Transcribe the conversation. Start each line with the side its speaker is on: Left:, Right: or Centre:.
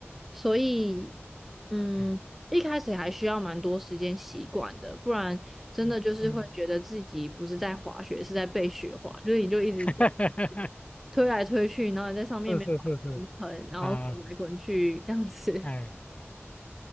Centre: 所以嗯，
Left: 嗯
Centre: 一开始还需要蛮多时间习惯的，不然真的就是会觉得自己不是在滑雪，
Left: 嗯嗯，
Centre: 是在被雪滑，就是你就一直被。
Left: <laughs>
Centre: 推来推去，然后你在上面没办法平衡，
Left: 是是是是，
Centre: 然后滚来滚去这样子。
Left: 啊，哎
Centre: <laughs>